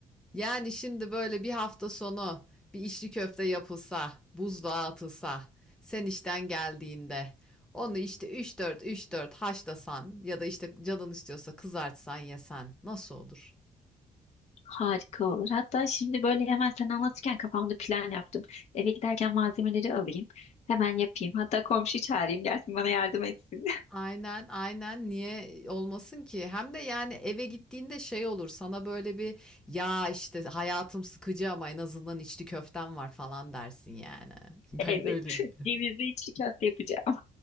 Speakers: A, in the centre; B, on the left.
A: Yani şimdi böyle bir hafta sonu bir içli köfte yapılsa, buzluğa atılsa, sen işten geldiğinde onu işte üç dört üç dört haşlasan ya da işte canın istiyorsa kızartsan yesen nasıl olur?
B: Harika olur. Hatta şimdi böyle hemen sen anlatırken kafamda plan yaptım. Eve giderken malzemeleri alayım. Hemen yapayım. Hatta komşuyu çağırayım gelsin bana yardım etsin. <laughs>
A: Aynen aynen niye olmasın ki? Hem de yani eve gittiğinde şey olur sana böyle bir ya işte hayatım sıkıcı ama en azından içli köftem var falan dersin yani. <laughs> Ben
B: Evet.
A: öyle diyeyim.
B: Cevizli içli köfte yapacağım.